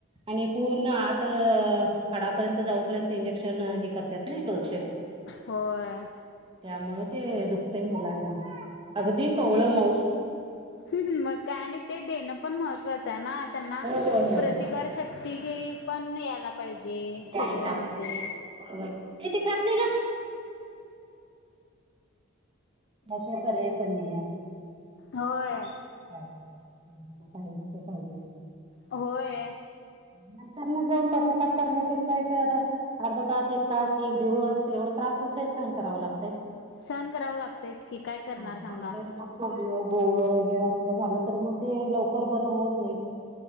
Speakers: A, on the right; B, on the left.
A: आणि पूर्ण आत. हाडापर्यंत जाऊपर्यंत इंजेक्शन हे करतात नय टोचते.
B: होय.
A: त्यामुळे ते दुखतय मुलांना अगदी कवळं मऊ.
B: ह मग काय आणि ते देणं पण महत्त्वाचं आहे ना, त्यांना
A: होय होय होय
B: प्रतिकारशक तिघे पण याला पाहिजे. शरीरामध्ये.
A: घ्यायला पाहिजे ते खात नाही गप. त्यात काय पर्याय पण नाही आहे.
B: होय.
A: कायला पाहिजे ते पाहिजे.
B: होय.
A: नंतर न जाऊन पशातप करण्यापेक्षा <unintelligible> अर्धा तास एक तास एक दिवस एवढा त्रास होतय. सहन कराव लागतं.
B: सहण कराव लागतयच की काय करणार
A: नंतर
B: सांगा.
A: मग पोलिओ गोवर वगैरे अस झालं तर मग ते लवकर बरं होत नाही.